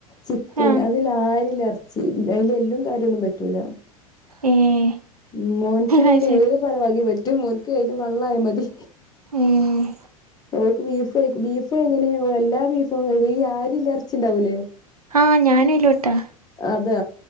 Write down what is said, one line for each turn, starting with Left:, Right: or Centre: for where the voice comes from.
Left: ചിക്കൻ
Right: ആഹ്
Left: അതിൽ ആരില ഇറച്ചി അതിന്റെ എല്ലും കാര്യന്നും പറ്റൂല
Right: ഏഹ്
Left: ഉം മോനക്കാണെങ്കിൽ
Right: അത് ശരി
Left: ഏത് പലവകേം പറ്റും മോൻക്ക് ഇതു വള്ളായാലും മതി
Right: ഏഹ്
Left: ഓക്ക് ബീഫ ബീഫ് എങ്ങനെയ എല്ലാ ബീഫ ഈ ആര്ല ഇറച്ചിണ്ടാവൂലേ
Right: ആഹ് ഞാനും അയിലോട്ടാ
Left: അതാ